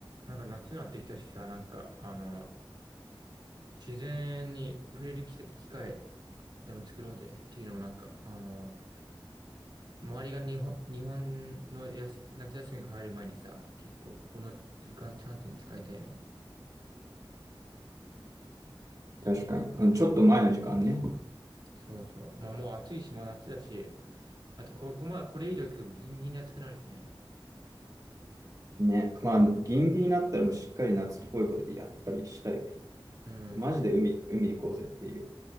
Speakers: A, on the right; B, on the right.
A: なんか夏になってきたしさ、なんか、あの、自然に触れる機機会でも作ろうぜっていうのもなんか、あの、周りが日本、日本のやす夏休みが入る前にさ、結構ここの時間チャンスに使いたいよね。
B: 確かに。うんちょっと前の時間ね。
A: そうそう。まあもう暑いし、もう夏だし、あとここまでこれ以上行くとギンギンに暑くなるしね。
B: ね。まあ、ギンギンになったらもうしっかり夏っぽいことやっぱりしたいよね。
A: うん、
B: マジで海、海行こうぜっていう。